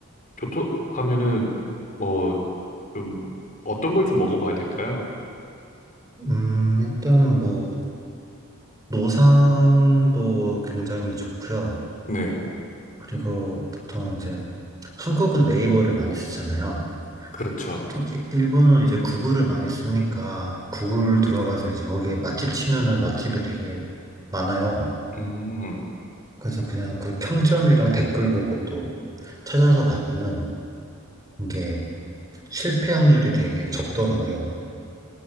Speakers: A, on the left; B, on the right.
A: 교토 하면은 뭐 좀 어떤 걸 좀 먹어봐야 될까요?
B: 음, 일단은 뭐 노상도 굉장히 좋고요.
A: 네,
B: 그리고 보통 이제 한국은 네이버를 많이 쓰잖아요.
A: 그렇죠.
B: 일- 일본은 이제 구글을 많이 쓰니까 구글 들어가서 이제 여기에 맛집 치면은 맛집이 되게 많아요.
A: 음.
B: 그래서 그냥 그 평점이랑 댓글 보고 또 찾아서 가면은 이게 실패 확률이 되게 적더라고요.